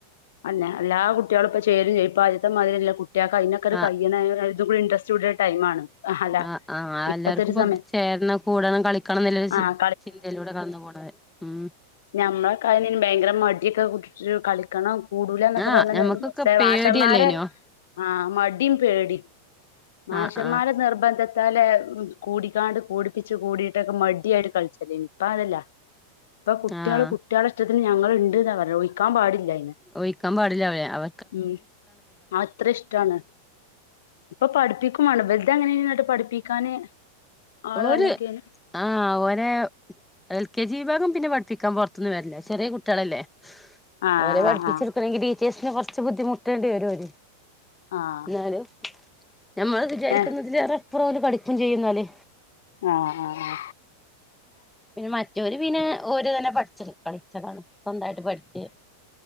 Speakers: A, on the left (about 60°); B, in the centre.
A: അയെന്നെ എല്ലാ കുട്ട്യാളും ഇപ്പൊ ചേരും ചെയ്യും ഇപ്പാദ്യത്തെ മാതിരിയല്ല കുട്ട്യാക്കായിനൊക്കെ ഒരു
B: ആഹ്
A: കയ്യണ ഒര തൂക്കൂടെ ഇന്ട്രെസ്‌റ്റ് കൂടിയൊരു ടൈമാണ് അല്ല
B: ആ ആ
A: ഇപ്പത്തെ
B: എല്ലാർക്കും
A: ഒരു
B: ഇപ്പൊ
A: സമയം
B: ചേരണം കൂടണം കളിക്കണന്നുല്ലൊരു ചി
A: ആഹ്
B: ചിന്തയിലൂടെ കടന്നു പോണത് മ്മ്
A: ഞമ്മളെകായിന്നെ ഭയങ്കര മടിയൊക്കെ പിടിച്ചു കളിക്കണോ കൂടുലന്നൊക്കെ
B: ആഹ്
A: പറഞ്ഞന്ന്
B: ഞമ്മക്കൊക്കെ
A: മിസ്സേ
B: പേടിയല്ലേനോ
A: മാഷമാരെ ആ മടിം പേടിം മാഷമാരെ
B: ആഹ് ആഹ്
A: നിർബന്ധ ത്താലെ കൂടിക്കാണ്ട് കൂടിപ്പിച് കൂടിട്ടൊക്കെ മടിയായിട്ട് കളിച്ചലേനി ഇപ്പ അങ്ങനല്ല ഇപ്പൊ കുട്ട്യാള്
B: ആഹ്
A: കുട്ട്യാളെ ഇഷ്ടത്തിന് ഞങ്ങള്ണ്ട്ന്നാ പറയൂ ഒയിക്കാൻ പാടില്ല അയിന്ന്
B: ഒയിക്കാൻ പാടില്ല അവരെ അവ
A: ഉം അത്ര ഇഷ് ടാണ് ഇപ്പൊ പഠിപ്പിക്കും വേണ്ട ഇവലത് എങ്ങനെയിനി ഇന്നട്ട് പഠിപ്പിക്കാന് ആള്
B: ഓര്
A: വന്ന്ക്കേനി
B: ആ ഓരെ എൽ കെ ജി വിഭാഗം പിന്നെ പഠിപ്പിക്കാൻ പൊറത്ത്ന്ന് വരലാ ചെറിയ കുട്ട്യാളല്ലേ
A: ആഹ്
B: അവരെ പഠപ്പിച്ചെടുക്കണെങ്കിൽ
A: ആഹ്
B: ടീച്ചേഴ്സിന് കുറച്ച് ബുദ്ധിമുട്ടേണ്ടി വരും ഓര്
A: ആഹ്
B: ഇന്നാലും ഞമ്മൾ വിചാരിക്കുന്നതിലേറെപ്പുറം
A: ആഹ് ഏഹ്
B: ഓല് കളിക്കും ചെയ്യുന്നാല്
A: ആഹ ആഹ്
B: പിന്നെ മറ്റോര് പിന്നെ ഓര് തന്നെ പഠിച്ചത് കളിച്ചതാണ് സ്വന്തായിട്ട് പഠിച്